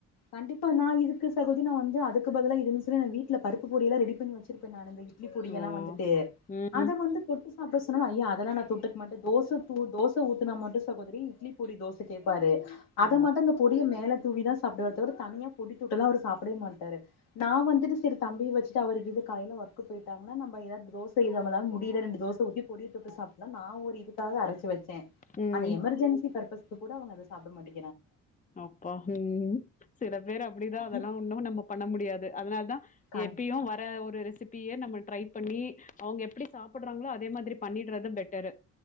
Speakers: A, on the left (about 85°); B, on the left (about 20°).
A: கண்டிப்பா நா இதுக்கு சகோதி நா வந்து அதுக்கு பதிலா இருந்துச்னா நா வீட்ல பருப்பு பொடி எல்லா ரெடி பண்ணி வச்சிருப்பே நானு இட்லி பொடி
B: ஓ
A: எல்லா வந்துட்டு
B: ம்
A: அத வந்து கொட்டு அப்ப சொன்னாலு ஐயா அதெல்லா நா தொட்டுக்க மாட்ட தோச உ தோச ஊத்துனா மட்டு சகோதரி இட்லி பொடி தோச கேப்பாரு அத
B: ஓ!
A: மட்டும் இந்த பொடிய மேல தூவிதா ஸ் சாப்பிடுவாரு தவிர தனியா பொடி தொட்டுலா அவரு சாப்பிடவே மாட்டாரு நா வந்துட்டு சரி தம்பிய வச்சுட்டு அவரு இது காலைல ஒர்க்குக்கு போயிட்டாங்னா நம்ம ஏதாது நம்மளால முடியல ரெண்டு தோச ஊத்தி பொடிய தொட்டு சாப்பலா தா ஒரு இதுக்காக அரச்சு வச் சே
B: ம்
A: அந்த எமர்ஜென்சி பர்பஸ் கூட அவங்க அத சாப்ட மாட்டி
B: அப்பா உம் சில பேர் அப்படிதா அதெல்லா
A: இப்
B: ஒன்னும் நம்ம பண்ண முடியாது அதனால தா
A: கண்
B: எப்பயு வர ஒரு ரிஸ் சிபிய நம்ம ட்ரை பண்ணி அவங்க எப்டி சாப்பிடுறாங்களோ அதே மாதிரி பண்ணடுறதும் பெட்டரு